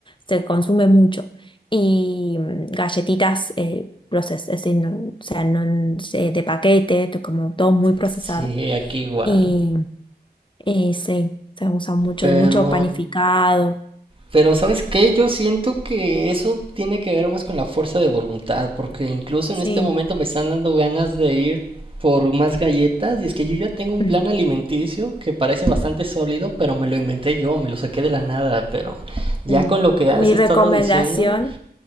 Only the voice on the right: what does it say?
Sí, aquí igual.
Pero
Pero ¿sabes qué? Yo siento que eso tiene que ver más con la fuerza de voluntad, porque incluso en
este momento me están dando ganas de ir por más galletas y es que yo ya tengo un
plan alimenticio que parece bastante sólido, pero me lo inventé yo, me lo saqué de la nada, pero ya
con lo que has
estado
diciendo,